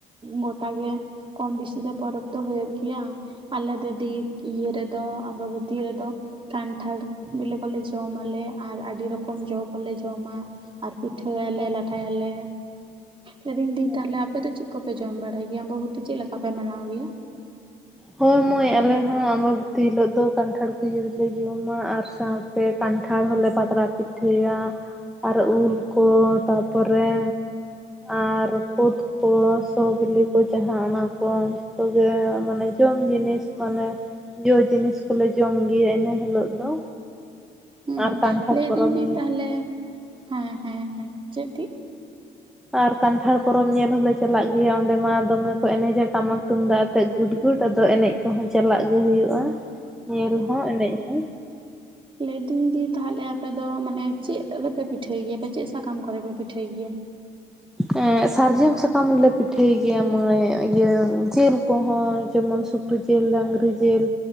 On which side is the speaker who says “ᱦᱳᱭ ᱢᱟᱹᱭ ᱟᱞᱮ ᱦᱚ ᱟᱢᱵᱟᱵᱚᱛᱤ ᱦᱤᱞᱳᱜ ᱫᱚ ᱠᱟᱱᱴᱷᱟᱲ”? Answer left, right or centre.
Centre